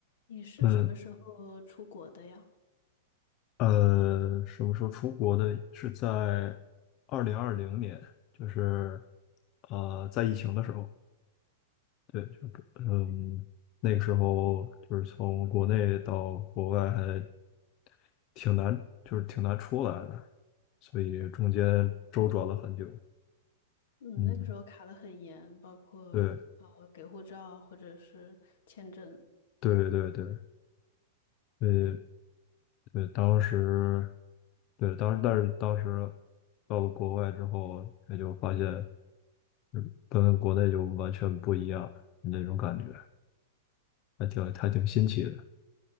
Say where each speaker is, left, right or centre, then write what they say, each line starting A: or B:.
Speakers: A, on the left (about 65°); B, on the left (about 45°).
A: 你是什么时候出国的呀？
B: 嗯呃，什么时候出国的？是在二零二零年，就是呃，在疫情的时候，对，就嗯，那个时候就是从国内到国外还挺难，就是挺难出来的，所以中间周转了很久。
A: 哦，是的，嗯，
B: 嗯，
A: 那个时候卡得很严，包括呃给护照或者是签证，
B: 对对对对，对对，当时对当时但是当时到了国外之后，也就发现。嗯跟国内就完全不一样那种感觉，还挺还挺新奇的，